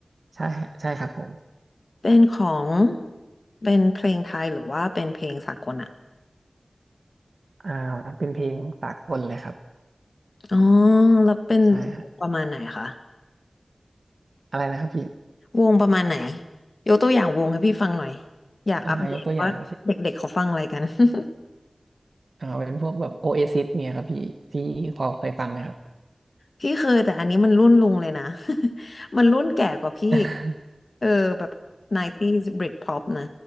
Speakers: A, on the right (about 75°); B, on the left (about 65°).
A: ใช่ฮะใช่ครับผม
B: เป็นของเป็นเพลงไทยหรือว่าเป็นเพลงสากลอะ
A: อ่าเป็นเพลงสากลเลยครับ
B: อ๋อแล้วเป็น
A: ใช่ฮะ
B: ประมาณไหนคะ
A: อะไรนะครับพี่
B: วงประมาณไหนยกตัวอย่างวงให้พี่ฟังหน่อยอยากอัปเดตว่าเด็กๆเขาฟังอะไรกัน
A: อ่ายกตัวอย่างเช่น
B: <laughs>
A: อ่าเป็นพวกแบบโอเอซิสเนี่ยครับพี่พี่พอเคยฟังไหมครับ
B: พี่เคยแต่อันนี้มันรุ่นลุงเลยนะ <laughs> มันรุ่นแก่กว่าพี่อีก
A: <laughs>
B: เออแบบ 90s Britpop นะ